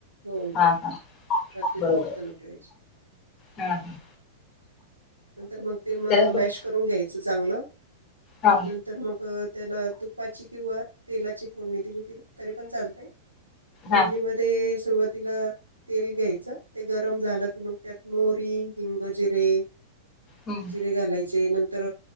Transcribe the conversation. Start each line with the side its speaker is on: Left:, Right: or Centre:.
Right: हो हो.
Left: हा हा.
Right: रात्रीच
Left: बरोबर
Right: भिजत घालून ठेवायची.
Left: हा हा
Right: नंतर मग ते मग
Left: त्याला
Right: ते
Left: फक्त-
Right: मॅश करून घ्यायचं चांगलं.
Left: हा
Right: नंतर मग त्याला तुपाची किंवा, तेलाची फोडणी दिली तरी पण चालतेय फोडणीमध्ये
Left: हा
Right: सुरवातीला तेल घ्यायच. ते गरम झालं की मग त्यात मोरी, हिंग, जिरे.
Left: हम्म
Right: जिरे घालायचे, नंतर